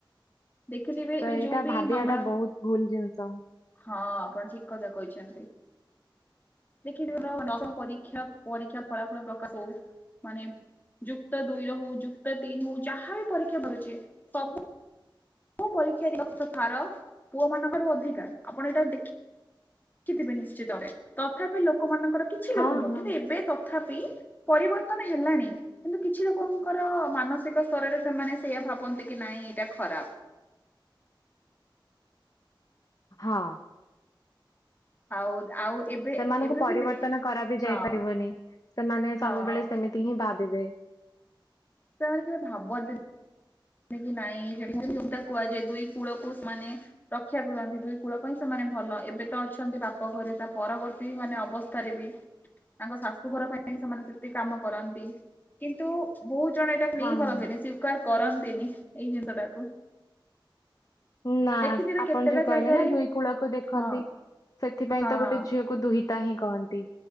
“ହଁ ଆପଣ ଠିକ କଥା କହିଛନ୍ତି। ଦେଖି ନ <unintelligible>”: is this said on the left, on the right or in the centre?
Left